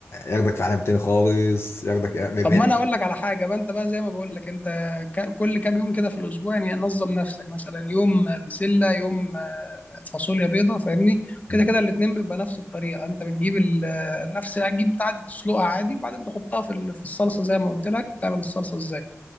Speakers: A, on the left (about 55°); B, on the left (about 30°).
A: ياخدك في عالم تاني خالص ياخدك بعيد
B: طب ما انا اقول لك على حاجه بقى انت بقى زي ما بقول لك انت ك- كل كام يوم كده في الاسبوع يعني نظم نفسك مثلا يوم آه، بسله يوم آه، فاصوليا بيضاء فاهمني كده
A: مم.
B: كده الاتنين بيبقى نفس الطريقه انت بتجيب ال- آه، نفس هتجيب عادي تسلقها عادي وبعدين تحطها في ال- في الصلصه زي ما قلت لك وتعمل الصلصه ازاي